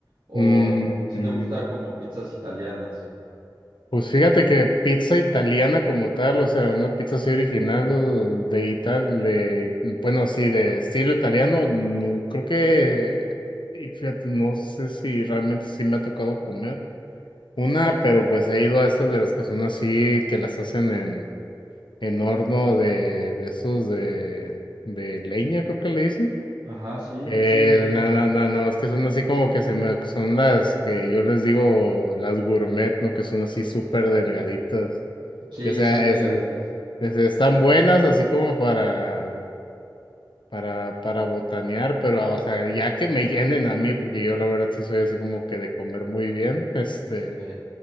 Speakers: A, on the right; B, on the left.
A: ¿O
B: Mm,
A: si te gusta como pizzas italianas?
B: pues fíjate que pizza italiana como tal, o sea, una pizza así original de Ital, de, bueno, así de estilo italiano, no, creo que, y fíjate, no sé si realmente sí me ha tocado comer una, pero pues he ido a esas de las que son así, que las hacen en, en horno de, de esos de, de leña, creo que le dicen.
A: Ajá, sí,
B: Eh,
A: de sí, leña.
B: nada nada nada más que son así como que se me, son las que yo les digo las gourmet, ¿no? Que son así súper delgaditas.
A: Sí,
B: Y, O sea,
A: son delgaditas.
B: es- es- es- están buenas así como para, para, para botanear, pero ah, o sea, ya que me llenen a mí, porque yo la verdad sí soy así como que de comer muy bien, este.
A: Ok.